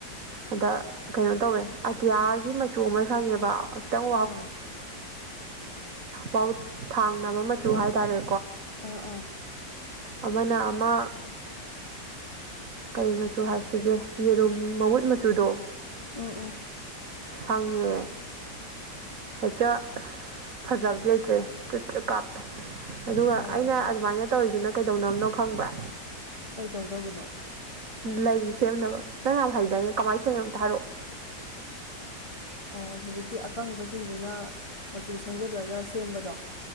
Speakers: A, on the right; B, on the left.
A: ꯑꯗ ꯀꯩꯅꯣ ꯇꯧꯋꯦ ꯑꯇꯤꯌꯥꯒꯤ ꯃꯆꯨ ꯑꯃ ꯁꯪꯉꯦꯕ ꯈꯤꯇꯪ
B: ꯑꯥ
A: ꯋꯥ ꯊꯥꯡꯅꯕ ꯃꯆꯨ ꯍꯥꯏꯇꯥꯔꯦ
B: ꯑ ꯑꯥ
A: ꯑꯃꯅ ꯑꯃ ꯀꯩ ꯃꯆꯨ ꯍꯥꯏꯁꯤꯒꯦ ꯌꯦꯔꯨꯝ ꯃꯃꯨꯠ ꯃꯆꯨꯗꯣ
B: ꯎ ꯑꯣ
A: ꯁꯪꯉꯦ ꯍꯦꯛꯇ ꯑꯁ ꯐꯖꯕꯗꯤ ꯂꯩꯇ꯭ꯔꯦ ꯆ ꯆ ꯀꯥꯞꯄꯦ ꯑꯗꯨꯒ
B: ꯑꯣ
A: ꯑꯩꯅ ꯑꯗꯨꯃꯥꯏꯅ ꯇꯧꯔꯤꯗꯨꯅ ꯀꯩꯗꯧꯅꯕꯅꯣ ꯈꯪꯕ꯭ꯔꯥ
B: ꯀꯩꯗꯧꯗꯧꯕꯅꯣ
A: ꯂꯩ ꯁꯦꯝꯅꯕ ꯅꯪ ꯌꯥꯝ ꯍꯩꯗꯥꯏꯅꯦ ꯀꯃꯥꯏꯅ ꯁꯦꯒꯦ ꯑꯝꯇ ꯍꯥꯏꯔꯑꯣ
B: ꯑꯣ ꯍꯧꯖꯤꯛꯀꯤ ꯑꯀꯪꯕꯁꯤꯡꯗꯨꯅ ꯃꯆꯨ ꯁꯪꯖꯤꯜꯂꯒ ꯁꯦꯝꯕꯗꯣ